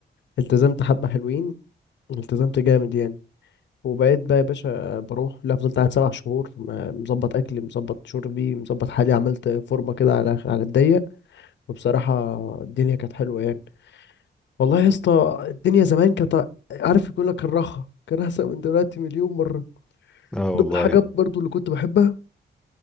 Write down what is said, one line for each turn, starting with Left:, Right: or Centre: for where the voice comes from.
Left: التزمت حبة حلوين التزمت جامد يعني وبقيت بقى يا باشا بروح لا فضلت قاعد سبع شهور ما- مظبط اكلي مظبط شربي مظبط حالي عملت فورمه كده على على الضيق وبصراحة الدنيا كانت حلوة يعني والله يا اسطى الدنيا زمان كانت عارف يقول لك الرخا كان أحسن من دلوقتي مليون مرة من
Centre: <laughs> اه والله
Left: ضمن الحاجات برضو اللي كنت بحبها